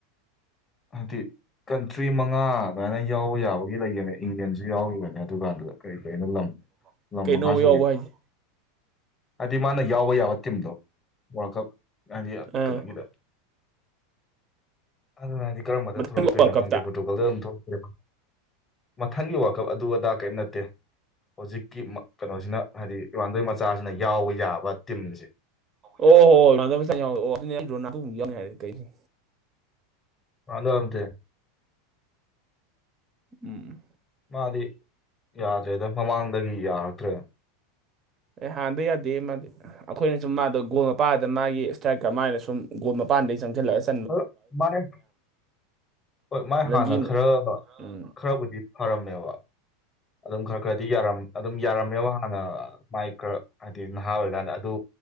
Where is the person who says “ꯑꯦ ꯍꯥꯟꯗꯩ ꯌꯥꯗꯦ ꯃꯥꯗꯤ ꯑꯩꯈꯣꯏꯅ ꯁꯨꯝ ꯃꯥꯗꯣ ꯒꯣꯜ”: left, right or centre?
Right